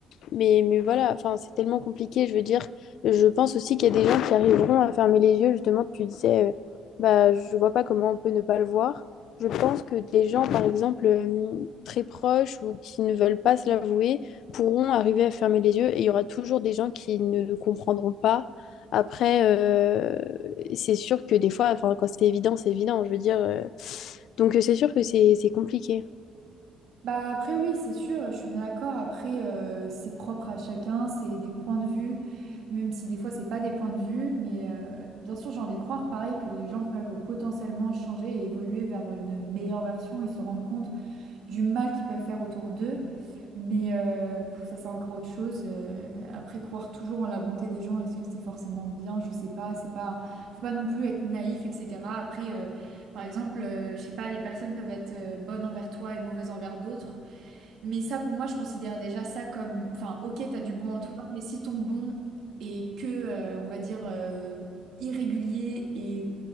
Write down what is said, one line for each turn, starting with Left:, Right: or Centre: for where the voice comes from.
Left: mais, mais voilà, enfin, c'est tellement compliqué. Je veux dire, je pense aussi qu'il y a des gens qui arriveront à fermer les yeux. Justement, tu disais, euh, bah, je vois pas comment on peut ne pas le voir. Je pense que des gens, par exemple, euh, très proches ou qui ne veulent pas se l'avouer, pourront arriver à fermer les yeux et il y aura toujours des gens qui ne le comprendront pas. Après, euh, c'est sûr que des fois, enfin, quand c'est évident, c'est évident, je veux dire. euh, Donc, euh, c'est sûr que c'est c'est compliqué.
Right: Bah après oui, c'est sûr, je suis bien d'accord. Après, euh, c'est propre à chacun, c'est des points de vue, même si des fois c'est pas des points de vue, mais euh, bien sûr j'ai envie de croire pareil que les gens peuvent potentiellement changer et évoluer vers une meilleure version et se rendre compte. du mal qu'ils peuvent faire autour d'eux. Mais euh, pff, ça, c'est encore autre chose. Euh, après, croire toujours en la bonté des gens, est-ce que c'est forcément bien? Je sais pas. C'est pas, faut pas non plus être naïf, etc. Après, euh, par exemple, euh, je sais pas, les personnes peuvent être euh, bonnes envers toi et mauvaises envers d'autres. Mais ça, pour moi, je considère déjà ça comme, enfin, ok, t'as du bon en toi, mais si ton bon est que, euh, on va dire, euh, irrégulier et